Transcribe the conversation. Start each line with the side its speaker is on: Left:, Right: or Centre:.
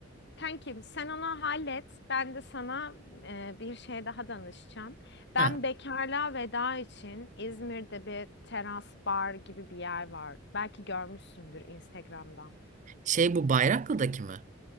Left: Kankim sen onu hallet. Ben de sana e, bir şey daha danışacağım. Ben
Right: Ha,
Left: bekarlığa veda için İzmir'de bir teras bar gibi bir yer var. Belki görmüşsündür Instagram'dan.
Right: şey bu Bayraklı'daki mi?